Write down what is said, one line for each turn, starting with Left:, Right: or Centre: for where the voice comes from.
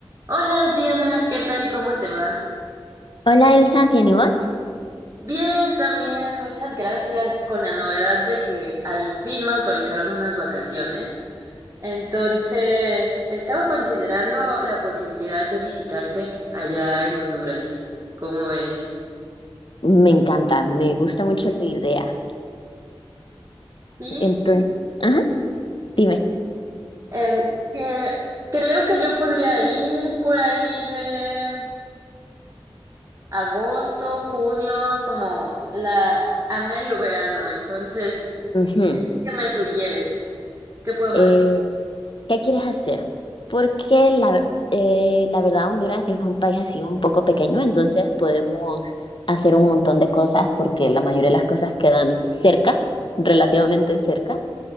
Right: Hola Diana, ¿qué tal? ¿Cómo te va?
Left: Hola Elsa, ¿bien y vos?
Right: Bien, también, muchas gracias. Con la novedad de que al fin me autorizaron unas vacaciones. Entonces, estaba considerando la posibilidad de visitarte allá en Honduras. ¿Cómo ves?
Left: Me encanta, me gusta mucho la idea.
Right: Sí,
Left: Entonces, Ajá, dime.
Right: em, que creo que yo podría ir por ahí de agosto, junio, como la a medio verano. Entonces,
Left: ujú,
Right: ¿qué me sugieres? ¿Qué podemos
Left: eh, ¿qué quieres hacer? Porque la, eh, la verdad Honduras es un país así un poco pequeño, entonces podemos hacer un montón de cosas porque la mayoría de las cosas quedan cerca, relativamente cerca.